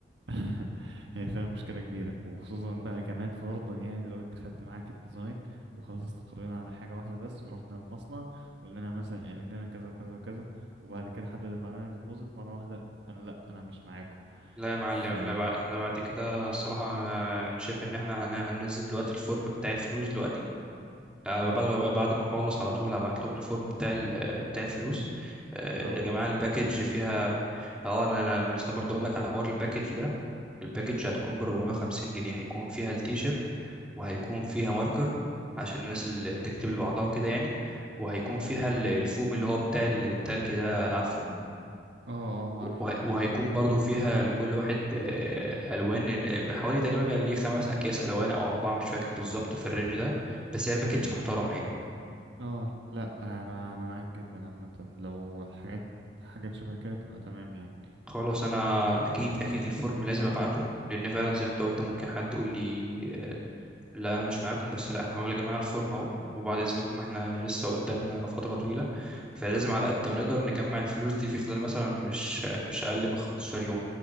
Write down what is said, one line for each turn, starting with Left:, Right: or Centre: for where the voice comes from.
Right: <laughs> هي فعلا مشكلة كبيرة وخصوصا بقى كمان فرضا يعني لو انت خدت معاك الديزاين وخلاص استقرينا على حاجة واحدة بس ورحنا المصنع قلنا لنا مثلا اعمل لنا كذا وكذا وكذا وبعد كده حد دفع لنا ديبوزيت مرة واحدة انا لا انا مش معاكم
Centre: لا يا معلم
Right: ف
Centre: احنا بعد احنا بعد كده الصراحة آه، انا شايف ان احنا هن- هننزل دلوقتي الفورم بتاع الفلوس دلوقتي آه،
Right: اه
Centre: بعد ما بعد ما اخلص على طول هبعت لهم الفورم بتاع ال- بتاع الفلوس آه،
Right: اه
Centre: يا جماعه الباكج فيها اه انا انا أنا لسه برضه اقول لك على حوار الباكج ده الباكج
Right: امم
Centre: هتكون ب 450 جنيه هيكون فيها التيشيرت وهيكون فيها ماركر عشان الناس اللي تكتب لبعضها وكده يعني وهيكون
Right: اه
Centre: فيها ال- الفوم اللي هو بتاع ال- التلج ده عارفه
Right: اه اه عارف
Centre: وه- وهيكون برضو فيها لكل واحد آه، الوان بحوالي تقريبا بقى ليه خمس اكياس الوان او اربعه مش فاكر بالظبط في الرينج ده بس هي الباكج محترمه يعني
Right: اه لا انا انا معاك جدا عامة لو حاجات حاجات شبه كده تبقى تمام يعني
Centre: خلاص انا اكيد اكيد الفورم لازم ابعته لان فعلا زي ما انت قلت ممكن حد يقول لي آه، لا انا مش معاكم بس لا احنا هنقول يا جماعه الفورم اهو وبعد اذنكم احنا لسه قدامنا فتره طويله فلازم على قد ما نقدر نجمع الفلوس دي في خلال مثلا مش مش اقل من 15 يوم